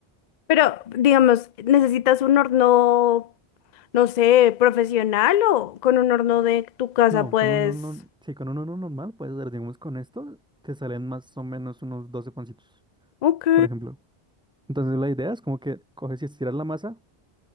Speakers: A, on the left; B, in the centre.
A: Pero, digamos, ¿necesitas un horno, no sé, profesional o con un horno de tu casa
B: No,
A: puedes...
B: con un horno, sí, con un horno normal puedes hacer, digamos, con esto te salen más o menos unos 12 pancitos,
A: Ok,
B: por ejemplo. Entonces, la idea es como que coges y estiras la masa